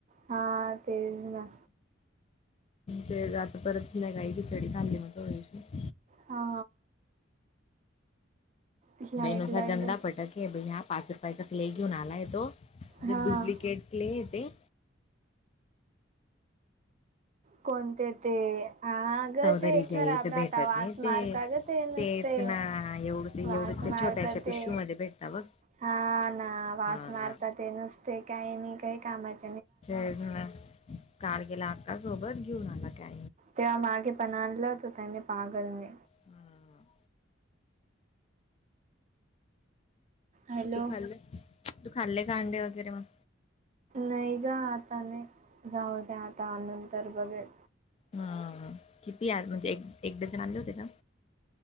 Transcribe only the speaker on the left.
ते आता परत हिला गई खिचडी ली मग थोडी्याशी
बेनसा
गंदा पटक ब हा पाच रुपयाचा क्ले घेऊन आलाय तो म्हणे
डुप्लिकेट क्ले आहे ते
चौधरीच्या
इथं भेटत
नाही ते
तेच ना एवढं ते
एवढी ते
छोट्याशा
पिशू मध्ये भेटत बघ
हा
स म काल केेला अक्का सोबत घेऊन आला का
हम्.
तू खाल्लं तू खाल्ले कांडे वगैरे मग.
हा किती या म्हणजे एक एक डझन आणले होते ना.